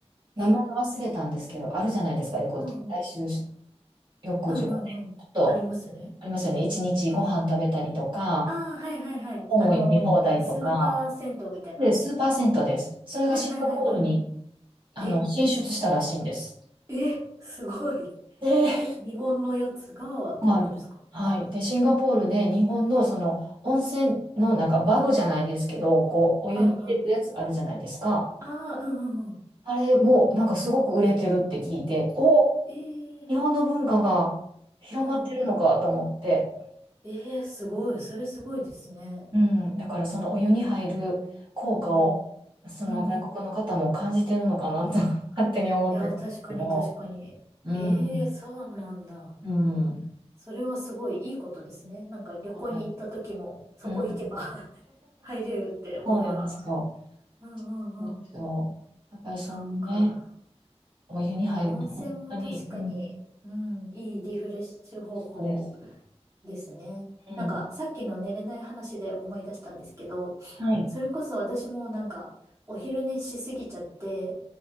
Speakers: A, on the right (about 45°); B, on the right (about 25°).
A: 名前忘れたんですけど、
B: え
A: あるじゃないですか、よく大衆
B: うんうん。
A: 浴場。
B: うんうんうん。
A: ちょっと、
B: ありますね。
A: ありますよね、一日ご飯食べたりとか、
B: ああ、はいはいはい。
A: 本を読み放題とか、
B: あの、スーパー銭湯みたいな。
A: で、数パーセントです。それがシンガポールに、
B: はいはいはいは
A: あの、
B: い。え、
A: 進出したらしいんです。
B: え、すごい。
A: で
B: え、日本のやつがってことですか
A: はい。はい。で、シンガポールで日本のその温泉のなんかバグじゃないですけど、こう、お湯に入れるやつあるじゃないですか。
B: はいはい。ああ、うんうんうん。
A: あれもなんかすごく売れてるって聞いて、お、
B: ええ
A: 日本の文化が広まってるのかと思って。
B: うん。ええすごい。それすごいですね。
A: うん。だからそのお湯に入る効果を、
B: うん。
A: その外国の方も感じてるのかなと
B: うん。
A: <laughs> 勝手に思ってるんですけど。
B: いや、確かに確かに。
A: うん。
B: ええそうなんだ。
A: うん。
B: それはすごいいいことですね。なんか旅行に行った時も、
A: う
B: そこ行けば
A: ん、
B: <laughs> 入れるって思えば。
A: そうなんですよ。
B: うんうんうん。
A: そうですよ。やっぱりそのね、
B: そっか。
A: お湯に入ると本当に、
B: いや、温泉も確かに、
A: うん、
B: うん、いいリフレッシュ方法
A: そうです。
B: ですね。
A: うん。
B: なんか、さっきの寝れない話で思い出したんですけど、
A: はい。
B: それこそ私もなんか、お昼寝しすぎちゃって、